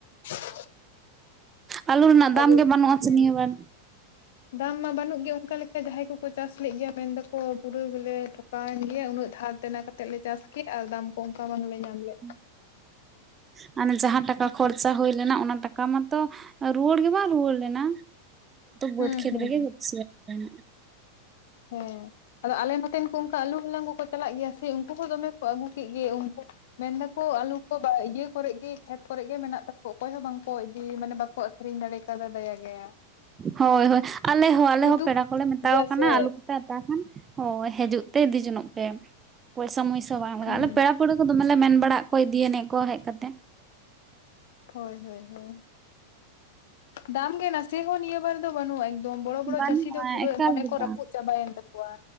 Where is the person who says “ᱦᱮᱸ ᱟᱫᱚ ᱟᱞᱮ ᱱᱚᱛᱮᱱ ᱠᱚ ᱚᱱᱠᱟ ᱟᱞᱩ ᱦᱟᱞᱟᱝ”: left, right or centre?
Left